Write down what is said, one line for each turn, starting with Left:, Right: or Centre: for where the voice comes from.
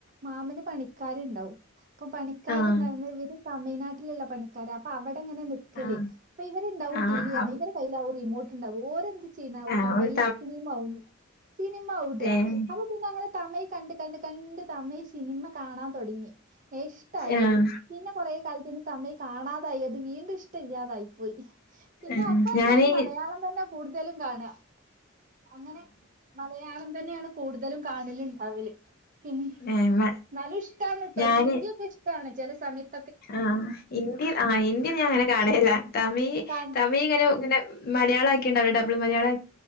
Right: മാമന് പണിക്കാരു ഉണ്ടാവും. ഇപ്പൊ പണിക്കാർ
Left: ആഹ്
Right: എന്തായി ഇവര് തമിഴ്നാട്ടിലുള്ള പണിക്കാരാ അപ്പൊ അവിടെങ്ങനെ നി വീട്ടിൽ
Left: ആഹ്
Right: അപ്പ ഇവരുണ്ടാവും
Left: ആഹ്
Right: ടി വി കാണാ
Left: അപ്
Right: ഇവരെ കയ്യിൽ ആകും റിമോട്ട് ഉണ്ടാവ ഓരെന്ത് <unintelligible>
Left: ആഹ്
Right: തമിഴ്
Left: ഒരു
Right: ഫിലിം ആകും സിനിമ ഇടുക
Left: ഏഹ്
Right: അപ്പൊ പിന്നെ അങ്ങനെ തമിഴ് കണ്ട് കണ്ട് കണ്ട് തമിഴ് സിനിമ കാണാൻ തെടങ്ങി. ഇഷ്ടായി
Left: ആഹ്
Right: അത് പിന്നെ കുറേ കാലത്തിന് തമിഴ് കാണാതായി അത് വീണ്ടും ഇഷ്ട ഇല്ലാതായി പോയി. പിന്നെ
Left: ആഹ്
Right: അപ്പൊ
Left: ഞാന്
Right: ഞാൻ മലയാളം തന്നെ കൂടുതലും കാണാ. അങ്ങനെ മലയാളം തന്നെയാണ് കൂടുതലും കാണലുണ്ടാവല്. പിന്നേ
Left: ഏഹ് മ
Right: ന്നാലും ഇഷ്ടാണ് കേട്ടോ
Left: ഞാന്
Right: ഹിന്ദിയൊക്കെ ഇഷ്ടാണ് ചില സമയത്ത്
Left: ആഹ് ഹിന്ദി ആ ഹിന്ദി ഞാൻ അങ്ങനെ കാണലില്ല. തമിഴ്
Right: കാൺ
Left: തമിഴ് ഇങ്ങനെ ഇങ്ങനെ മലയാളാക്കിണ്ടല്ലോ ഡബിൾ മലയാള